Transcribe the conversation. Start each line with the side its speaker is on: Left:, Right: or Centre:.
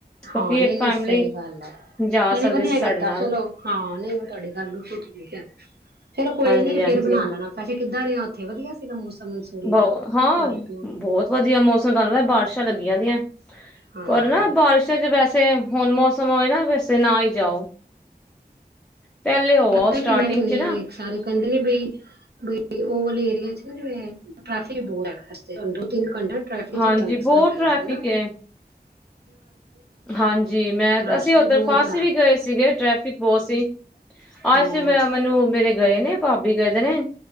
Centre: ਕਿਉਂਕਿ
Right: ਹਾਂ ਨਹੀਂ
Centre: ਇੱਕ
Right: ਨਹੀਂ
Centre: ਫੈਮਿਲੀ
Right: ਸਹੀ ਗੱਲ ਹੈ
Centre: ਜਾ
Right: ਨਹੀਂ ਨਹੀਂ
Centre: ਸਕਦੀ
Right: ਵਧੀਆ
Centre: ਸੀ ਸਾਡੇ
Right: ਕੀਤਾ
Centre: ਨਾਲ,
Right: ਚਲੋ ਹਾਂ ਨਹੀਂ ਤੁਹਾਡੀ ਗੱਲ ਬਿਲਕੁਲ ਠੀਕ ਹੈ। ਚਲੋ ਕੋਈ
Centre: ਹਾਂਜੀ-ਹਾਂਜੀ।
Right: ਨੀ ਫੇਰ ਬਣਾ ਲੈਣਾ ਅਜੇ ਕਿੱਦਾਂ ਰਿਹਾ ਉੱਥੇ ਵਧੀਆ ਸੀ ਗ ਮੌਸਮ ਮਨਸੂਰੀ
Centre: ਬਹੁਤ
Right: ਦਾ।
Centre: ਹਾਂ
Right: ਤੁਹਾਡਾ ਟੂਰ
Centre: ਬਹੁਤ ਵਧੀਆ ਮੌਸਮ ਲੱਗਦਾ ਬਾਰਿਸ਼ਾਂ ਲੱਗੀਆਂ ਦੀਆਂ
Right: ਹਾਂ
Centre: ਪਰ ਨਾ ਬਰਸ਼ਾ ਚ' ਵੈਸੇ ਫੇਰ ਹੁਣ ਮੌਸਮ ਹੋਏ ਨਾ ਵੈਸੇ ਨਾ ਹੀ ਜਾਓ। ਪਹਿਲੇ ਹੋ
Right: ਪਤਾ
Centre: ਆਓ ਸਟਾਰਟਿੰਗ
Right: ਕਿ ਮੈਂ ਸੁਣਿਆ
Centre: ਚ ਨਾ
Right: ਸਾਰੇ ਕਹਿੰਦੇ ਨੇ ਬਈ ਬਈ ਉਹ ਵਾਲੀ ਗਲੀਆਂ ਚ ਟਰੈਫਿਕਟਫ ਬਹੁਤ ਦੋ, ਤਿੰਨ ਘੰਟਾ ਟ੍ਰੈਫਿਕ
Centre: ਹਾਂਜੀ
Right: ਚ ਗੱਲ ਦੱਸ
Centre: ਬਹੁਤ
Right: ਨਾ ਪੈਂਦਾ
Centre: ਟ੍ਰੈਫਿਕ
Right: ਹੈ ਨਾ
Centre: ਏ। ਹਾਂਜੀ ਮੈਂ
Right: ਰਸ਼
Centre: ਅਸੀਂ
Right: ਵੀ
Centre: ਉੱਧਰ
Right: ਬੋਤ
Centre: ਫਸ
Right: ਆ
Centre: ਵੀ ਗਏ ਸੀਗੇ ਟ੍ਰੈਫਿਕ ਬਹੁਤ ਸੀ। ਅਹ
Right: ਹਾਂ
Centre: ਅਸੀਂ ਮੈਂ ਮੈਨੂੰ ਮੇਰੇ ਗਏ ਨੇ, ਭਾਬੀ ਕਹਿੰਦੇ ਨੇ